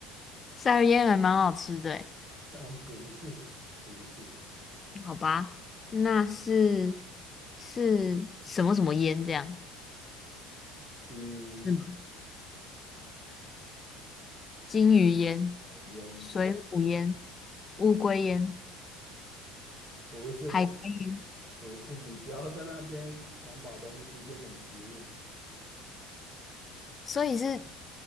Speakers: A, on the left; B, on the right.
A: 鲨鱼烟还蛮好吃的诶。
B: 但不是，不是，
A: 好吧，那是是什么什么烟这样？
B: 嗯，
A: 是吗？金鱼烟、
B: 什么烟？
A: 水母烟、乌龟烟、
B: 不是，
A: 海龟烟。
B: 不是，你不要在那边想把东西变成食物。
A: 所以是